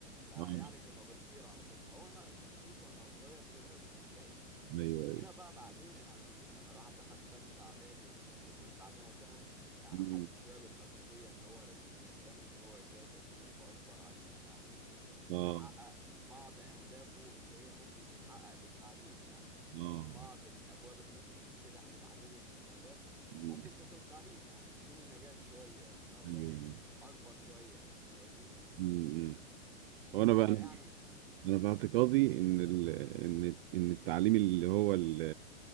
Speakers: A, in the centre; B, on the right (about 45°).
A: فيعني
B: اه
A: كنا بنطير على طول فهو انا شخصيتي وانا صغير شوية كنت شاي
B: ايوه ايوه
A: جينا بقى بعدين يعني لما الواحد دخل تالتة اعدادي و- ومن بعدها ثانوي يعني
B: أمم.
A: حس شوية بالمسؤولية ان هو لازم يهتم ان هو يذاكر بنسبة اكبر عشان يعني
B: اه
A: يحقق بعض أهدافه اللي هي ممكن تتحقق بالتعليم يعني من
B: اه
A: بعض الأبواب اللي ممكن تتفتح لتحديد الأهداف
B: أمم.
A: ممكن تكون التعليم يعني يديني مجال شوية نقدر
B: ايوه أمم.
A: أكبر شوية فاهمني
B: أمم. وانا
A: فيعني
B: بقى انا في اعتقادي ان ال... ان ان التعليم اللي هو ال...